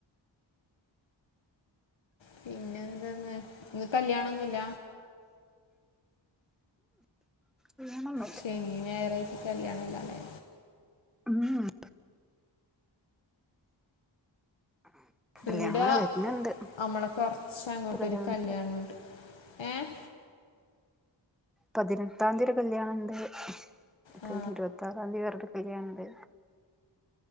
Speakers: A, on the left; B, in the centre.
A: പിന്നെന്തെന്ന് ഇന്ന് കല്യാണന്നുല്ല
B: അങ്ങനൊന്നുല്ല
A: ശനി, ഞായർ ആയിട്ട് കല്യാണ ഇല്ലാല്ലേ
B: ഉം കല്യാണം
A: ഈടാ
B: വരുന്നുണ്ട്
A: അമ്മളെ കൊർച്ച് അങ്ങോട്ടൊരു
B: കല്യാണം
A: കല്യാണോണ്ട് ഏഹ്
B: പതിനെട്ടാംതി ഒരു കല്യാണണ്ട്. അത്
A: ആ
B: കയിഞ്ഞ് ഇരുവത്തറാന്തി വേറൊരു കല്യാണണ്ട്